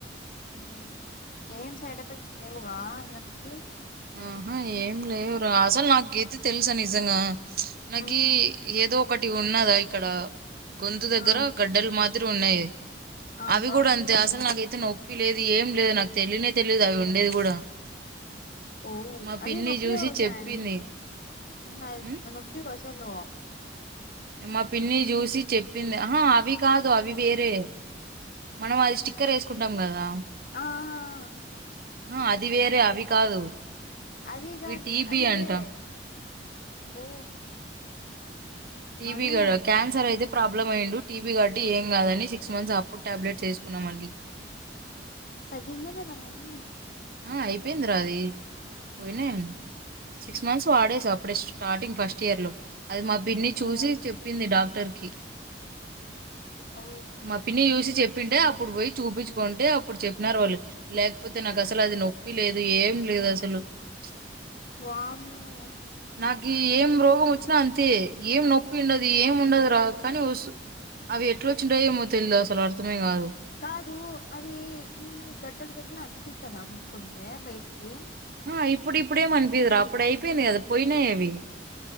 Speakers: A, on the left (about 50°); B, on the right (about 55°).
A: ఊ ఏం సైడ్ ఎఫెక్ట్స్ లేవుగా దానికి
B: ఆహా ఏం ఉ లేవు రా అసలు నాకుకయిత తెలుసా నిజంగా నాకి
A: హ్మ్
B: ఏదో ఒకటి ఉన్నదా ఇక్కడ గొంతు దగ్గర
A: ఆ
B: గడ్డలు మాదిరి ఉన్నాయి
A: ఆ
B: అవి
A: ట్రాన్సిల్స్
B: కూడా అంతే అసలు
A: అని
B: నాకైతే నొ నొప్పి లేదు ఏం లేదు నాకు తెలియనే తెలియదు అవి ఉండేది కూడా
A: ఓ
B: మా
A: అవి
B: పిన్ని
A: నొప్పి
B: చూసి
A: వసాయ్
B: చెప్పింది
A: అండ్ నాక్ తెల్స్
B: ఉమ్,
A: నొప్పి వస్ తెల్వ
B: మా పిన్ని చూసి చెప్పింది ఆహా అవి కాదు అవి వేరే మనం అది స్టిక్కర్ వేసుకుంటాం కదా
A: ఆహా
B: ఆ అది వేరే అవి కాదు
A: అవిగాదు
B: ఇవి టీబీ
A: లే అవి
B: అంట
A: వేరే ఓ
B: టీబీ
A: మనీ
B: గడ్డ క్యాన్సర్ అయితే ప్రాబ్లమ్ అయ్యుండు టీబీ గడ్ ఏం కాదని సిక్స్ మంత్స్ అప్పుడు టాబ్లెట్స్ వేసుకున్నమండీ
A: తగ్గింద లేదా మరి
B: ఆ అయిపోయింది రా అది పోయినయన్ సిక్స్ మంత్స్ వాడేస అప్పుడే స్టార్టింగ్ ఫస్ట్ ఇయర్ లో అది మా పిన్ని చూసి
A: ఓ
B: చెప్పింది డాక్టర్ కి
A: ఓ
B: మా పిన్ని చూసి చెప్ చెప్పింటే అప్పుడు పోయి చూపించుకుంటే అప్పుడు చెప్పినారు వాళ్ళు లేకపోతే నాకు అసలు అది నొప్పి లేదు ఏం లేదు అసలు ప్చ్
A: వామ్మో
B: నాకి ఏం రోగం వచ్చినా అంతే ఏం నొప్పి ఉండదు ఏం ఉండదు రా కానీ వసు అవి ఎట్లా వచ్చుంటాయో ఏమో తెలిదు అసలు అర్థమే కాదు
A: కాదు అది మన గడ్డలు గడ్డలు అనిపిస్తదా ముట్కుంటే బయటికి
B: ఆహా ఇప్పుడు ఇప్పుడేమ అనిపియ్యదురా అప్పుడు అయిపోయింది కదా పోయినాయి అవి